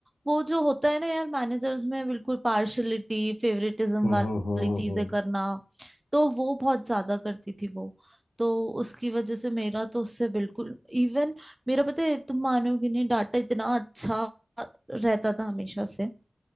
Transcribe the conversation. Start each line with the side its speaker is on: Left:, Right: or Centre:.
Right: वो जो होता है ना यार मैनेजर्स में बिल्कुल पार्शलिटी फेवरेटिज्म
Left: हम्म
Right: वाली
Left: हम्म, हम्म,
Right: चीजें
Left: हम्म। हम्म।
Right: करना तो वो बहुत ज्यादा करती थी वो तो उसकी वजह से मेरा तो उससे बिल्कुल इवन मेरा पता है तुम मानोगे नहीं डाटा इतना अच्छा रहता था हमेशा से